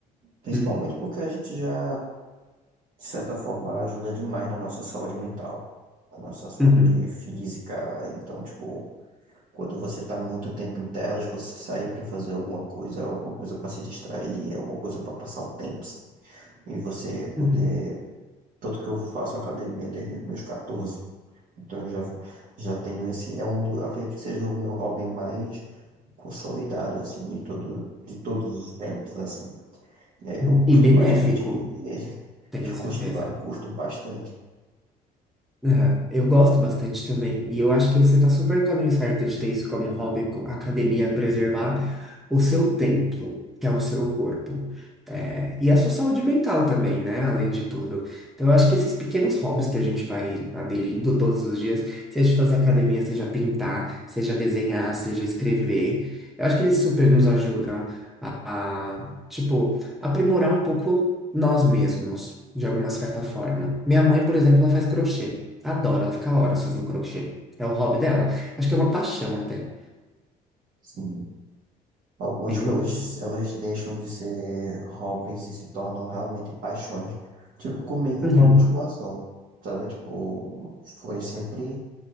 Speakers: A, on the right (about 55°); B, in the centre.
A: Principalmente
B: Uhum,
A: porque a gente já de certa forma, ajuda demais na nossa saúde mental, na nossa saúde
B: uhum,
A: física. Então, tipo, quando você tá muito tempo em telas, você sair pra fazer alguma coisa, alguma coisa pra se distrair, alguma coisa pra passar o tempo, sabe? e você poder.
B: uhum,
A: Tanto que eu faço academia desde os meus 14. Então, eu já, já tenho esse. É um do, acredito que seja o meu hobby mais consolidado, assim, de todo, de todos os tempos, assim. E aí
B: uhum.
A: eu curto
B: E benéfico,
A: bastante, <laughs>
B: tenho
A: e, curto,
B: certeza.
A: ba- curto bastante.
B: Aham, Eu gosto bastante também, e eu acho que você tá super no caminho certo de ter isso como um hobby, co- academia, preservar o seu templo, que é o seu corpo, É, e a sua saúde mental também, né? Além de tudo. Então, eu acho que esses pequenos hobbies que a gente vai aderindo todos os dias, seja fazer academia, seja pintar, seja desenhar, seja escrever, eu acho que eles super nos ajudam a, tipo, aprimorar um pouco nós mesmos, de alguma certa forma. Minha mãe, por exemplo, ela faz crochê. Adora, ela fica horas fazendo crochê. É o hobby dela. Acho que é uma paixão até.
A: Sim. Algumas
B: Bem
A: coisas
B: louca.
A: elas deixam de ser hobbies e se tornam realmente paixões. Tipo comigo
B: Uhum.
A: com a musculação, sabe? Tipo, foi sempre.